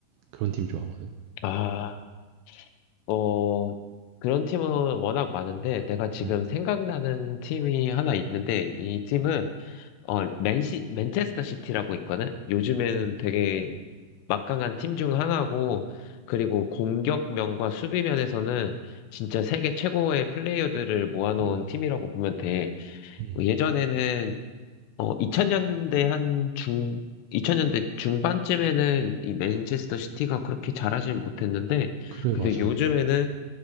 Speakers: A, on the right (about 80°); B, on the left (about 80°).
A: 그런 팀 좋아하거든.
B: 아, 어, 그런 팀은 워낙 많은데 내가 지금
A: 음,
B: 생각나는 팀이 하나 있는데 이 팀은 어, 맨시, 맨체스터 시티라고 있거든? 요즘에는
A: 음,
B: 되게 막강한 팀 중 하나고 그리고 공격면과 수비면에서는 진짜 세계 최고의 플레이어들을 모아놓은
A: 음,
B: 팀이라고 보면 돼.
A: 음.
B: 예전에는 어, 2000년대 한 중, 2000년대 중반쯤에는 이 맨체스터 시티가 그렇게 잘하진 못했는데,
A: 그래
B: 근데
A: 맞아.
B: 요즘에는,